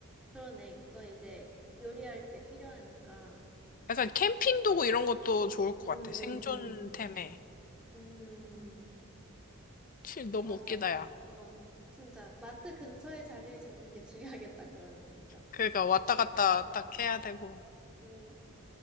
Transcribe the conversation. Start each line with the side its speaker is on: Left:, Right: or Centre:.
Centre: 그러네. 그건 이제 요리할 때 필요하니까.
Left: 약간 캠핑 도구 이런 것도 좋을 것
Centre: 음,
Left: 같아. 생존템에.
Centre: 음, 음. 음,
Left: 치, 너무
Centre: 맞아.
Left: 웃기다, 야.
Centre: 어, 진짜. 마트 근처에 자리를 잡는 게 <laughs> 중요하겠다, 그러면 진짜.
Left: 그러니까 왔다 갔다
Centre: 어,
Left: 딱 해야 되고.
Centre: 음.